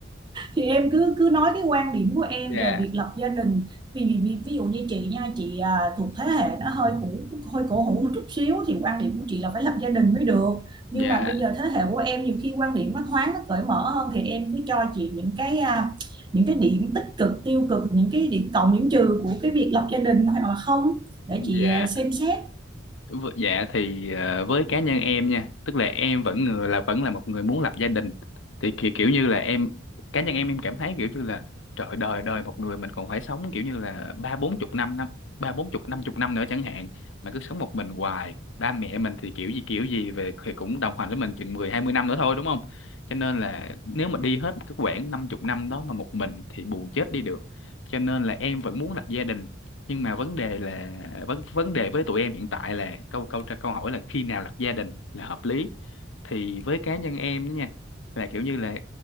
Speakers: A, on the right; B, on the left.
A: thì em cứ cứ nói cái quan điểm của em
B: dạ
A: về việc lập gia đình vì, vì, vì ví dụ như chị nha chị à, thuộc thế hệ nó hơi cũ hơi cổ hủ một chút xíu thì quan điểm của chị là phải lập gia đình mới được
B: dạ
A: nhưng mà bây giờ thế hệ của em nhiều khi quan điểm nó thoáng nó cởi mở hơn thì em cứ cho chị những cái à, những cái điểm tích cực tiêu cực những cái điểm cộng điểm trừ của cái việc lập gia đình hoặc là không để chị
B: dạ
A: à, xem xét
B: V- Dạ thì ờ, với cá nhân em nha, tức là em vẫn người là vẫn là một người muốn lập gia đình. Thì kiểu, kiểu như là em cá nhân em em cảm thấy kiểu như là trời đời đời một người mình còn phải sống kiểu như là ba bốn chục năm năm ba bốn chục năm chục năm nữa chẳng hạn mà cứ sống một mình hoài ba mẹ mình thì kiểu gì kiểu gì về thì cũng đồng hành với mình chừng mười hai mươi năm nữa thôi đúng không? Cho nên là nếu mà đi hết cái quãng năm chục năm đó mà một mình thì buồn chết đi được. Cho nên là em vẫn muốn lập gia đình nhưng mà vấn đề là vấn vấn đề với tụi em hiện tại là câu câu câu hỏi là khi nào lập gia đình là hợp lý thì với cá nhân em đó nha là kiểu như là